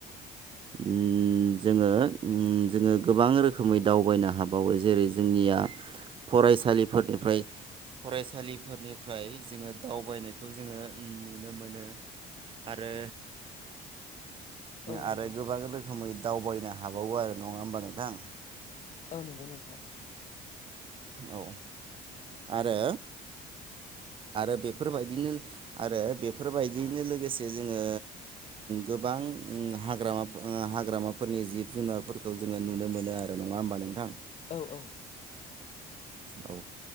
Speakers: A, on the right (about 30°); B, on the left (about 40°).
A: <inaudible> ओ जोङो जोङो गोबां रोखोमै दावबायनो हाबावो जेरै जोंनिया फरायसालिफोरनिफ्राय फरायसालिफोरनिफ्राय जोङो दावबायनायखौ जोङो नुनो मोनो आरो
B: औ नंगौ
A: आरो गोबां रोखोमै दावबायनो हाबावो आरो नङा होमबा नोंथां
B: औ नंगौ नोंथां
A: औ आरो आरो बेफोरबायदिनो आरो बेफोरबायदियैनो लोगोसे जोङो गोबां हाग्रामा हाग्रामाफोरनि जिब जुनारफोरखौ जोङो नुनो मोनो आरो नङा होमबा नोंथां
B: औ औ
A: औ